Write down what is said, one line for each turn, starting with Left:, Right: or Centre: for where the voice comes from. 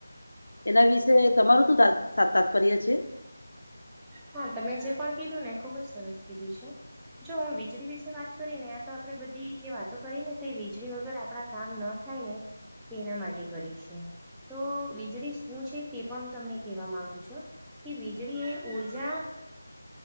Left: એના વિશે તમારું તું તાત્પર્ય છે
Centre: હા તમે જે પણ કીધું ને ખુબ જ સરસ કીધું છે જો હું વીજળી વિશે વાત કરી ને આ તો આપડે બધી જે વાતો કરી ને વીજળી વગર આપણા કામ ન થાય ને તે એના માટે કરી છે તો વીજળી શું છે તે પણ હું તમને કેહેવા માંગુ છું કે જેડીી એ ઉઊર્જા